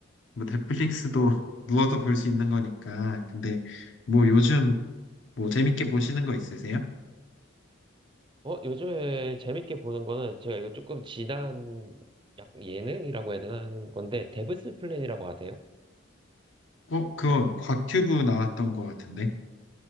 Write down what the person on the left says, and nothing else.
뭐 넷플릭스도 <laughs> 누워서 볼 수 있는 거니까. 근데 뭐 요즘 뭐 재밌게 보시는 거 있으세요?
어, 그거 곽튜브 나왔던 거 같은데.